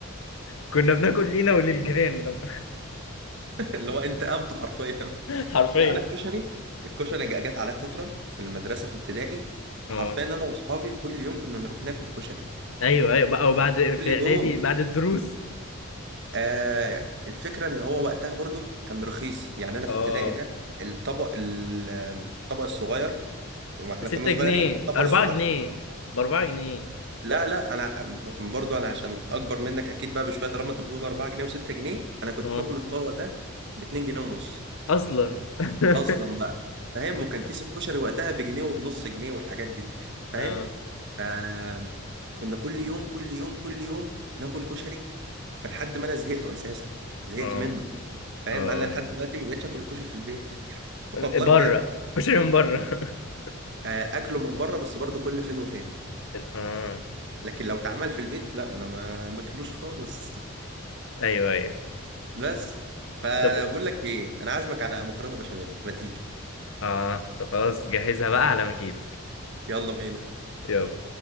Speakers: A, on the left; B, on the right.
A: كنا بناكل لينا وللجيران لما
B: اللي هو انت قمت حرفيا
A: <laughs> حرفيا
B: لا انا الكشري الكشري جا- جت عليا فتره في المدرسه في ابتدائي
A: اه
B: حرفيا انا واصحابي كل يوم كنا نروح ناكل كشري
A: ايوه ايوه بقى وبعد في
B: كل
A: اعدادي
B: يوم
A: بعد الدروس
B: آه الفكره ان هو وقتها برضو كان رخيص يعني انا
A: اه
B: في ابتدائي ده الطبق ال- الطبق الصغير واحنا
A: 6
B: كنا صغيرين
A: جنيه
B: الطبق
A: 4
B: الصغير
A: جنيه ب 4 جنيه
B: لا لا انا ب- برضو انا عشان اكبر منك اكيد بقى بشويه طالما انت بتقول 4 جنيه و6 جنيه انا كنت
A: اه
B: باكل الطبق ده ب 2 جنيه ونص
A: اصلا <laughs>
B: اصلا بقى فاهم وكان كيس الكشري وقتها بجنيه وبنص جنيه والحاجات دي فاهم
A: اه
B: آم، كنا كل يوم كل يوم كل يوم ناكل كشري فلحد ما انا زهقته اساسا زهقت
A: اه
B: منه فاهم
A: اه
B: انا لحد دلوقتي ما بقتش اكل الكشري في البيت <laughs>
A: اه
B: والله
A: بره
B: بجد
A: كشري من بره <laughs>
B: آه، اكله من بره بس برضه كل فين وفين
A: اه
B: لكن لو اتعمل في البيت لا انا ما ماكلوش خالص
A: ايوه ايوه
B: <laughs> بس فبقول
A: طب
B: لك ايه انا عازمك على مكرونه بشاميل ما تيجي
A: اه طب خلاص جهزها بقى على ما اجيلك
B: يلا بينا
A: يلا